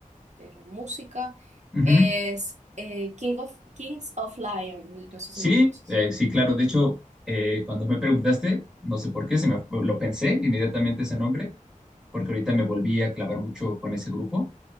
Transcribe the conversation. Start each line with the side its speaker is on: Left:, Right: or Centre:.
Right: de la música,
Centre: Ujú.
Right: es eh, King of, Kings of Lion, no sé
Centre: Sí,
Right: si lo conoces.
Centre: eh, sí, claro, de hecho, eh, cuando me preguntaste, no sé por qué, se me, fue- lo pensé inmediatamente ese nombre, porque ahorita me volví a clavar mucho con ese grupo.